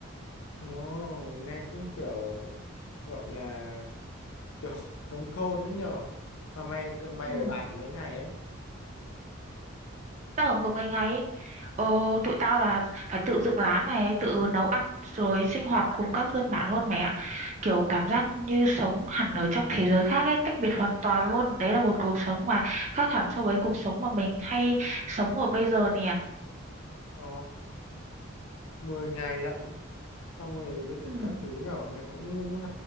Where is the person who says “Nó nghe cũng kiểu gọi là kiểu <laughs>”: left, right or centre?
Left